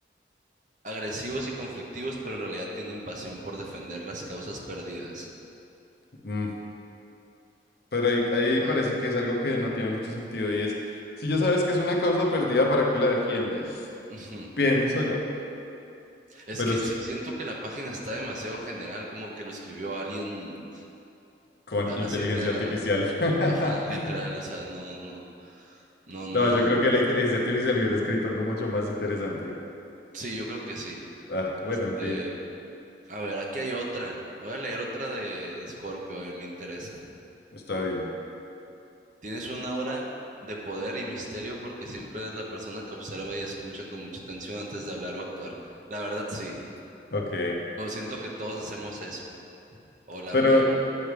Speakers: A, on the right; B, on the left.
A: agresivos y conflictivos, pero en realidad tienen pasión por defender las causas perdidas.
B: Mm, Pero ahí, ahí
A: Ah,
B: parece que es algo que no tiene mucho sentido y es, si ya sabes que es una causa perdida, ¿para qué la defiendes?
A: ujú.
B: Pienso yo,
A: Es
B: pero
A: que
B: sí,
A: si- siento que la página está demasiado general, como que lo escribió alguien
B: con
A: a
B: inteligencia
A: las 7 de
B: artificial.
A: la mañana.
B: <laughs>
A: Ajá, literal, o sea, no, no, no,
B: No, yo creo
A: no.
B: que la inteligencia artificial hubiera escrito algo mucho más interesante.
A: Sí, yo creo que sí.
B: Ah, bueno,
A: Este,
B: en fin,
A: A ver, aquí hay otra. Voy a leer otra de Scorpio, a ver, me interesa.
B: está bien.
A: Tienes una aura de poder y misterio porque siempre eres la persona que observa y escucha con mucha atención antes de hablar o actuar. La verdad, sí.
B: Ok.
A: No siento que todos hacemos eso, o la
B: Pero
A: mayoría.